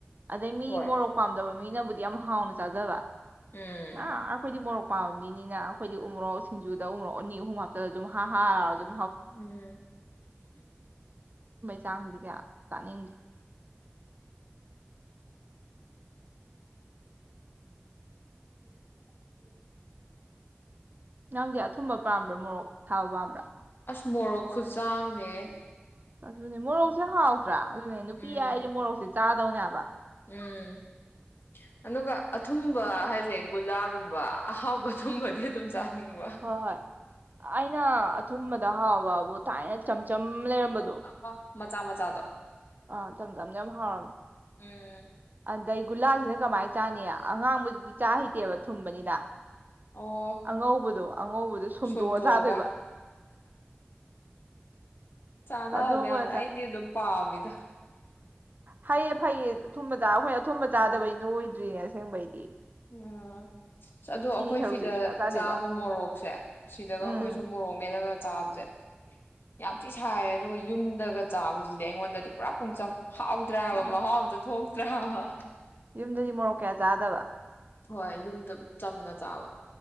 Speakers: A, on the right; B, on the left.
A: ꯑꯗꯩ ꯃꯤ
B: ꯍꯣꯏ
A: ꯃꯣꯔꯣꯛ ꯄꯥꯝꯗꯕ ꯃꯤ ꯑꯩꯅꯕꯨꯗꯤ ꯌꯥꯝ ꯍꯥꯎꯅ ꯆꯥꯖꯕ
B: ꯎꯝ
A: ꯑ ꯑꯩꯈꯣꯏꯗꯤ ꯃꯣꯔꯛ ꯄꯥꯝꯕ ꯃꯤꯅꯤꯅ ꯑꯩꯈꯣꯏꯗꯤ ꯎꯃꯨꯔꯣꯛ ꯁꯤꯡꯖꯨꯗ ꯎꯃꯔꯣꯛ ꯑꯅꯤ ꯑꯍꯨꯝ ꯍꯥꯞꯆꯤꯜꯂ ꯑꯗꯨꯝ ꯍꯥ ꯍꯥ ꯂꯧꯔꯥꯖꯨ
B: ꯎꯝ
A: ꯇꯥꯡꯖꯤꯗꯤ ꯀꯌꯥ ꯆꯥꯅꯤꯡꯗꯦ
B: ꯎꯦ <unintelligible>
A: ꯅꯪꯗꯤ ꯑꯊꯨꯝꯕ ꯄꯥꯝꯕ꯭ꯔꯥ ꯃꯣꯔꯣꯛ ꯁꯥꯕ ꯄꯥꯝꯕ꯭ꯔꯥ
B: ꯑꯁ ꯃꯣꯔꯣꯛ ꯈꯨꯆꯥꯎꯅꯦ꯫
A: ꯑꯗꯨꯅꯦ ꯃꯣꯔꯣꯛꯁꯦ ꯍꯥꯎꯇ꯭ꯔꯥ ꯑꯗꯨꯅꯦ ꯅꯨꯄꯤ
B: ꯎꯝ
A: ꯌꯥꯗꯤ ꯃꯣꯔꯣꯛꯁꯦ ꯆꯥꯗꯧꯅꯦ ꯍꯥꯏꯕ꯫
B: ꯎꯝ ꯑꯗꯨꯒ ꯑꯊꯨꯝꯕ ꯍꯥꯏꯁꯦ ꯒꯨꯂꯥꯒꯨꯝꯕ ꯑꯍꯥꯎꯕꯊꯨꯝꯕꯗꯤ ꯑꯗꯨꯝ ꯆꯥ ꯅꯤꯡꯕ
A: ꯍꯣꯏ ꯍꯣꯏ ꯑꯩꯅ ꯑꯊꯨꯝꯕꯗ ꯍꯥꯎꯕꯕꯨ ꯊꯥꯏꯅ ꯆꯝꯆꯝ ꯂꯩꯔꯝ ꯝꯕꯗꯣ
B: ꯑꯥ ꯃꯆꯥ ꯃꯆꯥꯗꯣ
A: ꯑꯥ ꯆꯝ ꯆꯝꯅ ꯌꯥꯝ ꯍꯥꯎꯔꯝꯃꯦ꯫
B: ꯎꯝ
A: ꯑꯗꯩ ꯒꯨꯂꯥꯁꯤꯗꯅ ꯀꯃꯥꯏꯅ ꯆꯥꯅꯤꯌꯦ ꯑꯉꯥꯡꯕꯗꯨꯗꯤ ꯆꯥ ꯍꯩꯇꯦꯕ ꯊꯨꯝꯕꯅꯤꯅ꯫
B: ꯑꯣ
A: ꯑꯉꯧꯕꯗꯣ ꯑꯉꯧꯕꯗꯣ ꯁꯨꯝꯗꯣꯛꯑ
B: ꯁꯨꯝꯇꯣꯛꯑꯒ
A: ꯆꯥꯗꯣꯏꯕ
B: ꯆꯥꯅꯕꯅ
A: ꯑꯗꯨꯒ
B: ꯌꯥꯝꯦꯅ ꯑꯩꯗꯤ ꯑꯗꯨꯝ ꯄꯥꯝꯃꯤꯗ꯫
A: ꯐꯩꯌꯦ-ꯐꯩꯌꯦ ꯑꯊꯨꯝꯕ ꯆꯥ ꯍꫭꯏꯅ ꯑꯊꯨꯝꯕ ꯆꯥꯗꯕꯩꯩꯅꯣ
B: ꯎꯝ
A: ꯑꯣꯏꯗ꯭ꯔꯤꯅꯦ꯫ ꯁꯦꯡꯕꯩꯗꯤ
B: ꯎꯝ ꯑꯗꯣ ꯑꯩꯈꯣꯏ
A: ꯁꯔꯨꯛꯁꯦ
B: ꯁꯤꯗ
A: ꯁꯨꯡꯆꯥ ꯆꯥꯗꯦꯕ
B: ꯆꯥꯕ ꯃꯣꯔꯣꯛꯁꯦ ꯁꯤꯗꯒ
A: ꯎꯝ
B: ꯑꯩꯈꯣꯏ ꯁꯨꯝ ꯃꯣꯔꯣꯛ ꯃꯦꯠꯂꯒ ꯆꯥꯕꯁꯦ ꯌꯥꯝ ꯊꯤ ꯁꯥꯏꯌꯦ ꯑꯗꯨꯒ ꯌꯨꯝꯗꯒ ꯆꯥꯕꯁꯤꯗꯤ ꯑꯩꯉꯣꯟꯗꯗꯤ ꯄꯨꯔꯥ ꯄꯨꯡꯆꯝ꯫ ꯍꯥꯎꯗ꯭ꯔꯦꯕ
A: ꯎꯝ
B: ꯃꯍꯥꯎ ꯑꯝꯇ ꯊꯣꯛꯇ꯭ꯔꯦ ꯍꯥꯏꯕ꯫ ꯑ
A: ꯌꯨꯝꯗꯗꯤ ꯃꯣꯔꯣꯛ ꯀꯌꯥ ꯆꯥꯗꯕ꯫
B: ꯍꯣꯏ ꯌꯨꯝꯗ ꯆꯝꯅ ꯆꯥꯕ꯫